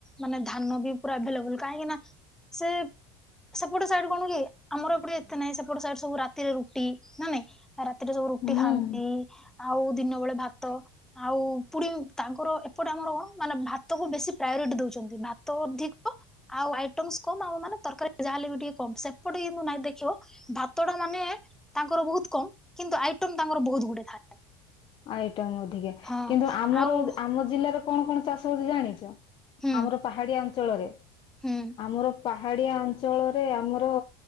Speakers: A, in the centre; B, on the left (about 40°).
A: ମାନେ ଧାନ ବି ପୁରା ଏଭେଲେବୁଲ କାହିଁକି ନା ସେ। ସେପଟ ସାଇଡରୁ କଣ କି ଆମର ଏପଟେ ଏତେ ନାଇଁ ସେପଟ ସାଇଡ ସବୁ ରା ରାତିରେ ରୁଟି ନା ନାଇଁ ରାତିରେ ସବୁ ରୁଟି
B: ହୁଁ
A: ଖାଆନ୍ତି। ଆଉ ଦିନ ବେଳେ ଭାତ। ଆଉ ପୁଣି ତାଙ୍କର ଏପଟେ ଆମର କଣ ମାନେ ଭାତକୁ ବେଶୀ ପ୍ରାୟୋରିଟି ଦଉଛନ୍ତି। ଭାତ ଅଧିକ ଆଉ ଆଇଟମସ କମ ଆମ ମାନେ ତରକାରୀ ଯାହାହଲେ ବି ଟିକେ କମ, ସେପଟେ କିନ୍ତୁ ନାଇ ଦେଖିବ ଭାତ ମାନେ ତାଙ୍କର ବହୁତ କମ କିନ୍ତୁ ଆଇଟମ ତାଙ୍କର ବହୁତ ଗୁଟେ ଥାଏ।
B: ଆଇଟମ୍ ଅଧିକା
A: ହଁ
B: କିନ୍ତୁ ଆମର
A: ଆଉ
B: ଆମ ଜିଲ୍ଲାରେ କଣ କଣ ଚାଷ ହଉଛି ଜାଣିଛ?
A: ହୁଁ
B: ଆମର ପାହାଡିଆ ଅଞ୍ଚଳରେ
A: ହୁଁ
B: ଆମର ପାହାଡ଼ିଆ ଅଞ୍ଚଳରେ ଆମର